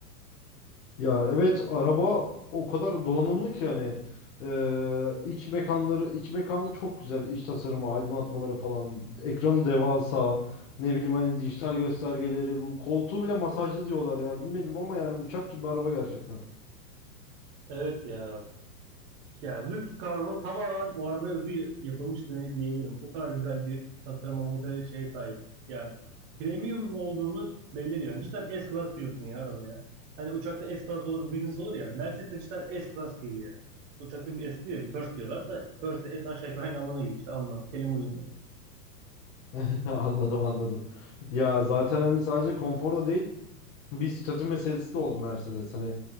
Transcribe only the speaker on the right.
Evet ya. Ya lüks karbonu tamamen o arabaya özgü ya- yapılmış diye- diyebilirim. O kadar güzel bir tasarıma model şeye sahip. Yani premium olduğunu belli ediyor. Yani cidden S-Class diyorsun ya arabaya. Hani uçakta S-Class olur, business olur ya. Mercedes de cidden S-Class gibi ya. Uçakta bir S diyor, bir first diyorlar da first de S aşağı yukarı aynı anlamına geliyor işte anla. Kelime uyumu.